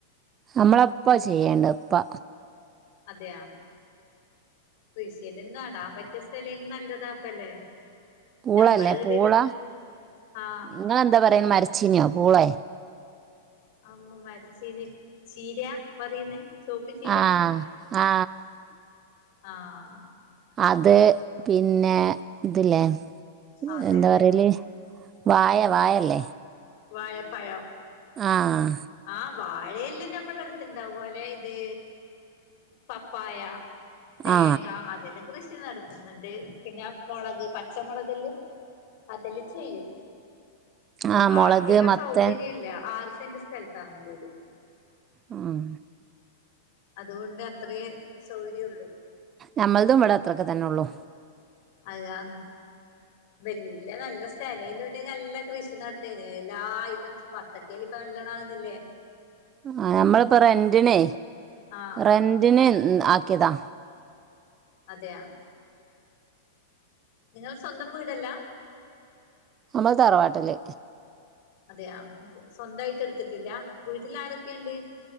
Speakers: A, on the right; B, on the left.
A: നമ്മളപ്പാ ചെയ്യേണ്ട ഉപ്പാ
B: അതെയാ കൃഷിയെല്ലാം നടാൻ പറ്റിയ സ്ഥലേങ്കിൽ നല്ലതാപ്പ അല്ലേ
A: പൂളല്ലേ
B: നമ്മള് ഈടേല്ന്ന്
A: പൂള
B: ആഹ്
A: നിങ്ങളെന്താ പറയുന്നേ മരച്ചീനോ പൂളേ
B: അമ്മോ മരച്ചീന് ചീരയാ പറയുന്ന് ചോപ്പി ച്ചീരാ
A: ആ ആ
B: ആഹ്
A: അത് പിന്നെ ഇതില്ലേ
B: അതന്നെ
A: എന്താ പറയല് വാഴ വാഴല്ലേ
B: വാഴപ്പഴം
A: ആഹ്
B: ആഹ് വാഴയെല്ലാം നമ്മളെടു ഉള്ള പോലെ ഇത് പപ്പായ, തേങ്ങ
A: ആ
B: അതെല്ലാം കൃഷി നടത്തുന്നുണ്ട് പിന്നെ മുളക് പച്ചമുളകല് അതെല്ലും ചെയ്യും
A: ആ
B: ബാക്കിയുള്ള
A: മുളക് മത്തൻ
B: സൗകര്യം ഇല്ല ആറ് സെന്റ് സ്ഥലത്താന്ന് വീട്
A: ആഹ്
B: അതുകൊണ്ട് അത്രേ സൗര്യള്ളൂ
A: നമ്മൾതും ഇവിടെ അത്രൊക്കെ തന്നെ ഉള്ളൂ
B: അതാഅ വല്ല്യ നല്ല സ്ഥലയെല്ലാം ഉണ്ടെങ്കിൽ നല്ല കൃഷി നടത്ത എല്ലാ ഐറ്റംസും ബത്തക്കയെല്ലാം ഇപ്പ നല്ലണം ആകുന്നില്ലേ
A: ആഹ് നമ്മളിപ്പോ റെന്റിനെ
B: ആഹ്
A: റെന്റിന് ആക്കിയതാ
B: അതെയാ നിങ്ങളെ സ്വന്തം വീടല്ല
A: നമ്മൾ തറവാട്ടില്
B: അതെ ആഹ് സ്വന്തായിട്ട് എടുത്തിട്ടില്ല വീട്ടിൽ ആരൊക്കെയുണ്ട്